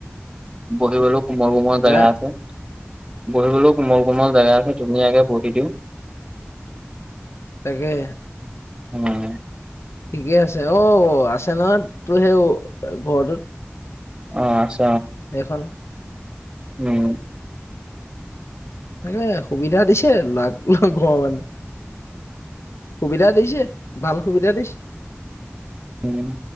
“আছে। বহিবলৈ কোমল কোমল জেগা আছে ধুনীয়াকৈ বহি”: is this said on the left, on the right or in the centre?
Right